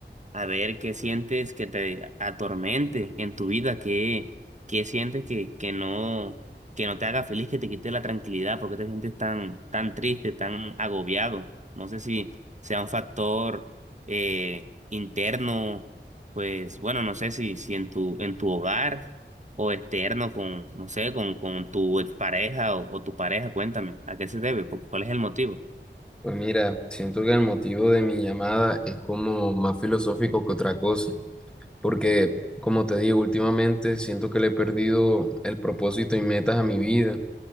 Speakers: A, on the right; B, in the centre.
A: A ver, ¿qué sientes que te atormente en tu vida? ¿Qué, qué sientes que, que no, que no te haga feliz, que te quite la tranquilidad? porque te sientes tan, tan triste, tan agobiado? No sé si sea un factor eh, interno, pues bueno, no sé si, si en tu, en tu hogar o externo con, no sé, con, con tu pareja o, o tu pareja, cuéntame, ¿a qué se debe? ¿Cu- ¿Cuál es el motivo?
B: Pues mira, siento que el motivo de mi llamada es como más filosófico que otra cosa. porque, como te digo, últimamente siento que le he perdido el propósito y metas a mi vida.